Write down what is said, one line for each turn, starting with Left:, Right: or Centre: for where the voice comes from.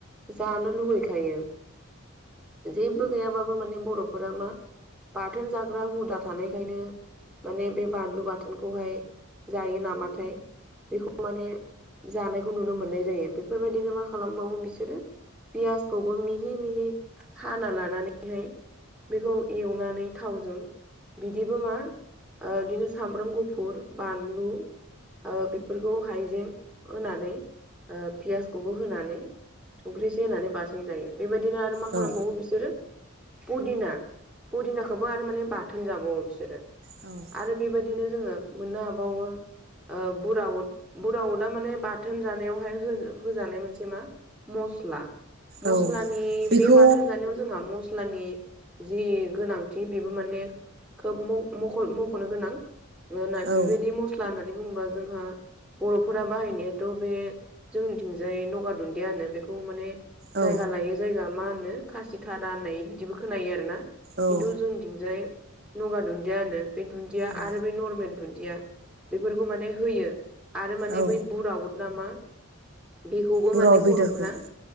Centre: जानो लुुगैखायो जेबो गैयाबाबो माने बर'फोरा मा बाथोन जाग्रा हुदा थानायखायनो माने बे बानलु बाथोनखौहाय जायो नामाथाय बेखौ माने जानायखौ नुनो मोननाय जायो बेफोरबायदिनो मा खालामबावो बिसोरो पियासखौबो मिहि मिहि हाना लानानैहाय बेखौ एवनानै थावजों बिदिबो मा बिदिनो सामब्राम गुफुर बानलु बेफोरखौ हायजें होनानै पियासखौबो होनानै संख्रि इसे होनानै बाथोन जायो बेबायदिनो आरो मा
Right: औ
Centre: खालामबावो
Right: औ
Centre: बिसोरो पुदिना पुदिनाखौबो आरो माने बाथोन जाबावो बिसोरो
Right: औ
Centre: आरो बेबायदिनो जोङो मोननो हाबावो ओ बुराउद बुराउदा माने बाथोन जानायाव बेहाय होजानाय मोनसे मा मस्ला मस्लानि
Right: औ बेखौ
Centre: बे बाथोन जानायाव जोंहा मस्लानि जि गोनांथि बेबो माने खोब मख'नो गोनां
Right: औ
Centre: बेबायदि मस्ला होननानै बुङोब्ला जोंहा बर'फोरा बाहायनायाथ' बे जोंनिथिंजाय नगार दुन्दियाहोनो बेखौ माने
Right: औ
Centre: जायगा लायो जायगा मा होनो खासि थारा होननाय बिदिबो खोनायो आरोना
Right: औ
Centre: खिनथु जों बिथिंजाय नगा दुन्दिया होनो बे दुन्दिया
Right: औ
Centre: आरो बै नरमेल दुन्दिया बेफोरखौ माने होयो आरो माने
Right: औ
Centre: बै बुराउद ना मा बेखौबो
Right: बुराव
Centre: माने बर'फोरा
Right: बेदरखौ